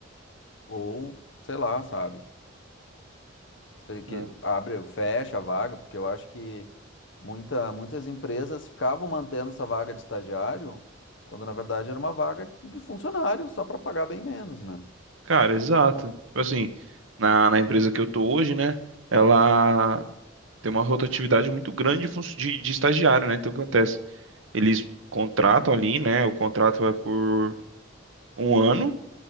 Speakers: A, on the left; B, on the right.
A: Ou, sei lá, sabe? Fe- Que
B: É.
A: abre, fecha a vaga, porque eu acho que muita, muitas empresas ficavam mantendo essa vaga de estagiário, quando na verdade era uma vaga de funcionário, só para pagar bem menos, né?
B: Cara, exato. Tipo assim, na, na empresa que eu tô hoje, né? Ela tem uma rotatividade muito grande de, funcio- de de estagiário, né? Então, o que acontece? Eles contratam ali, né? O contrato é por um ano,